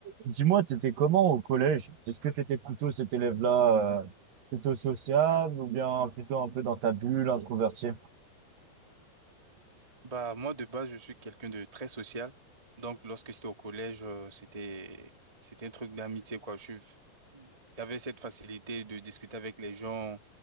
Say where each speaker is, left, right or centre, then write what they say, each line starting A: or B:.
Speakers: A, on the right; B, on the right.
A: Dis-moi, t'étais comment au collège? Est-ce que t'étais plutôt cet élève-là, euh, plutôt sociable ou bien plutôt un peu dans ta bulle, introverti?
B: Bah, moi, de base, je suis quelqu'un de très social. Donc, lorsque j'étais au collège, euh, c'était, c'était un truc d'amitié, quoi. Je, j'avais cette facilité de discuter avec les gens.